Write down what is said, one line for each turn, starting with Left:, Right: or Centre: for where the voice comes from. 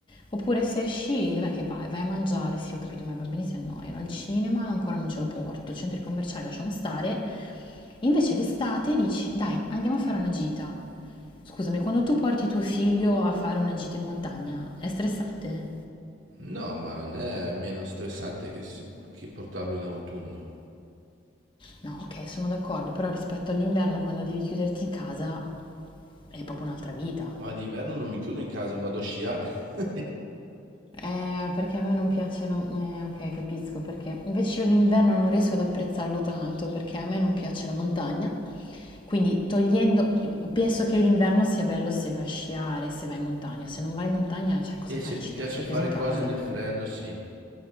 Left: oppure se esci, dov'è che vai? Vai a mangiare, sì, ho capito, ma i bambini si annoiano, al cinema no, ancora non ce lo porto, i centri commerciali lasciamo stare. Invece d'estate dici, dai, andiamo a fare una gita. Scusami, quando tu porti tuo figlio a fare una gita in montagna, è stressante?
Right: No, ma non è meno stressante che, se- che portarlo in autunno.
Left: No, ok, sono d'accordo, però rispetto all'inverno, quando devi chiuderti in casa, è proprio un'altra vita.
Right: Ma d'inverno non mi chiudo in casa, vado a sciare. <laughs>
Left: Eh, perché a me non piace la eh, ok, capisco perché. Invece io l'inverno non riesco ad apprezzarlo tanto perché a me non piace la montagna. Quindi togliendo, penso che l'inverno sia bello se vai a sciare, se vai in montagna. Se non vai in montagna, cioè cosa
Right: E
Left: fai
Right: se
Left: in
Right: ti
Left: città?
Right: piace
Left: Stai
Right: fare
Left: chiuso in casa?
Right: cose nel freddo, sì.